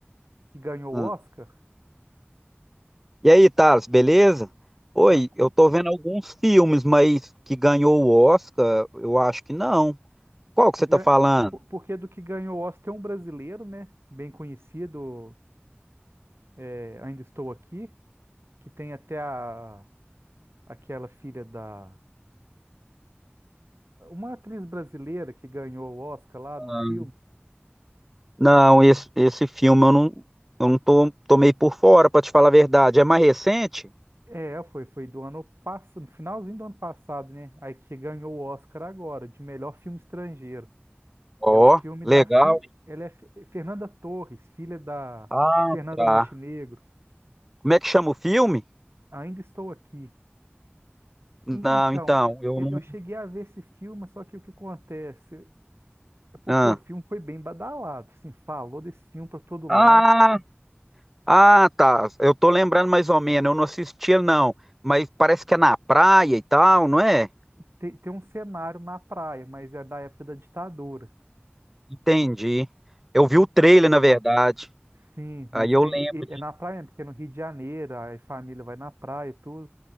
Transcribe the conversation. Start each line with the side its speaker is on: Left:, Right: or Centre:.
Right: que ganhou
Centre: Hum.
Right: o Oscar?
Centre: E aí, Thales, beleza? Oi,
Right: Tranquilo.
Centre: eu tô vendo alguns filmes, mas que ganhou o Oscar, eu acho que não. Qual
Right: Que
Centre: que você
Right: gan-
Centre: tá falando?
Right: po- Porque do que ganhou o Oscar tem um brasileiro, né? Bem conhecido, é, Ainda Estou Aqui, que tem até a... aquela filha da. Uma atriz brasileira que ganhou o Oscar lá
Centre: Ah,
Right: no filme.
Centre: Não, esse, esse filme eu não, eu não tô, tô meio por fora, pra te falar a verdade. É mais recente?
Right: É, foi, foi do ano passado, no finalzinho do ano passado, né? Aí que ganhou o Oscar agora, de melhor filme estrangeiro.
Centre: Ó,
Right: É o filme
Centre: legal.
Right: da fi... ela é Fe- Fernanda Torres, filha da
Centre: Ah,
Right: Fernanda
Centre: tá.
Right: Montenegro.
Centre: Como é que chama o filme?
Right: Ainda estou aqui.
Centre: Não,
Right: E- então,
Centre: então, eu
Right: eu,
Centre: não.
Right: eu cheguei a ver esse filme, só que o que acontece? É porque
Centre: Ah,
Right: o filme foi bem badalado, assim, falou desse filme para todo lado.
Centre: ah, ah, tá. Eu tô lembrando mais ou menos, eu não assisti, não. Mas parece que é na praia e tal, não é?
Right: Tem, tem um cenário na praia, mas é da época da ditadura.
Centre: Entendi. Eu vi o trailer, na verdade.
Right: Sim, mas
Centre: Aí eu
Right: tem,
Centre: lembro
Right: e-
Centre: de
Right: é na praia, né, porque é no Rio de Janeiro, aí a família vai na praia e tudo.